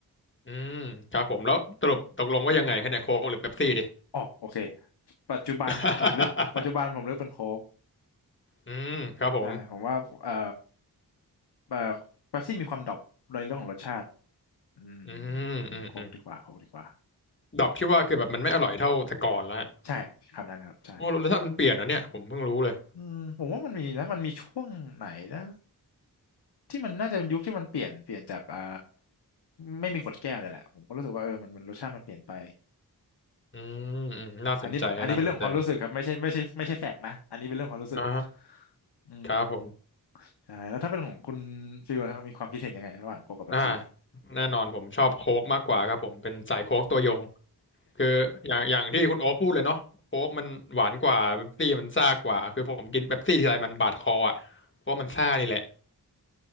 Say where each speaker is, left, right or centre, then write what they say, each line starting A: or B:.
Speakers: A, on the left; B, on the left.
A: อืมครับผมแล้วสรุปตกลงว่ายังไงคะเนี่ยโค้กหรือเป๊ปซี่ดิ
B: อ๋อโอเคปัจจุบันผมเลือกปัจจุบันผมเลือกเป็นโค้ก
A: <laughs> อืมครับผม
B: ใช่ผมว่าเอ่อเอ่อเป๊ปซี่มีความดรอปในเรื่องของรสชาติอืมอืมอืมโค้กดีกว่าโค้กดีกว่า
A: อืมอืมอืมดรอปที่ว่าคือแบบมันไม่อร่อยเท่าแต่ก่อนแล้วฮะ
B: ใช่คำนั้นครับใช่
A: โอ้รสชาติมันเปลี่ยนเหรอเนี่ยผมเพิ่งรู้เลย
B: อืมผมว่ามันมีนะมันมีช่วงไหนนะที่มันน่าจะเป็นยุคที่มันเปลี่ยนเปลี่ยนจากเอ่อไม่มีขวดแก้วเลยแหละผมก็รู้สึกว่าเออมันมันรสชาติมันเปลี่ยนไป
A: อืมอืมน่าสนใจฮะน่าสนใจ
B: อันนี้อันนี้เป็นเรื่องของความรู้สึกครับไม่ใช่ไม่ใช่ไม่ใช่แฟกต์นะอันนี้เป็นเรื่องของความรู้สึก
A: อ่า
B: อืม
A: ครับผม
B: ใช่แล้วถ้าเป็นของคุณฟิลนะครับมีความคิดเห็นยังไงระหว่างโค้กกับเป๊ปซี่
A: อ่าแน่นอนผมชอบโค้กมากกว่าครับผมเป็นสายโค้กตัวยงคืออย่างอย่างที่คุณโอ๊คพูดเลยเนาะโค้กมันหวานกว่าเป๊ปซี่มันซ่ากว่าคือผมกินเป๊ปซี่ทีไรมันบาดคออ่ะเพราะมันซ่านี่แหละ